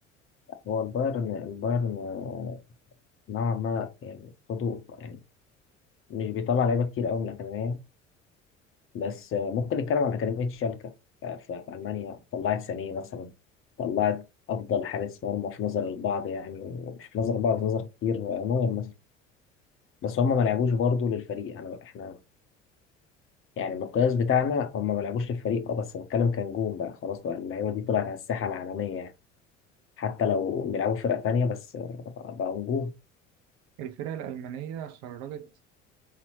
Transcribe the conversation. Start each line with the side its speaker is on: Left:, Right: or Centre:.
Left: هو البايرن البايرن آه، نوعا ما يعني خدوا يعني مش بيطلع لعيبه كتير قوي من الاكاديميه بس آه، ممكن نتكلم عن أكاديمية شالكة آه، في في ألمانيا طلعت سانيه مثلا طلعت أفضل حارس مرمى في نظر البعض يعني مش في نظر البعض في نظر كتير آه، نوير مثلا بس هم ما لعبوش برضه للفريق أنا إحنا يعني المقياس بتاعنا هم ما لعبوش للفريق أه بس بتكلم كنجوم بقى خلاص بقى اللعيبة دي طلعت على الساحة العالمية يعني حتى لو بيلعبوا فرقة تانية بس آه، بقوا نجوم
Right: الفرقة الألمانية خرجت